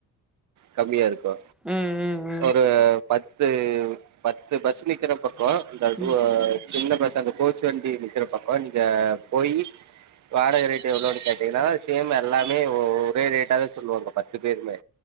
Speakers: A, on the right; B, in the centre.
A: கம்மியா இருக் கு
B: ம் ம் ம் ம்
A: ஒரு பத்து பத்து பஸ் நிக்கிறப் பக் கோ இந்த
B: ம்.
A: டூ சின்ன பஸு அந்த கோச் வண்டி நிற்கிறப்பக் கொஞ்சிக்க போயி வாடக ரேட்டு எவ்ளோன்னு கேட்டீங்கன்னா சேம் எல்லாமே ஒ ஒரே ரேட்டா தா சொல்லுவாங்க பத்து பேருமே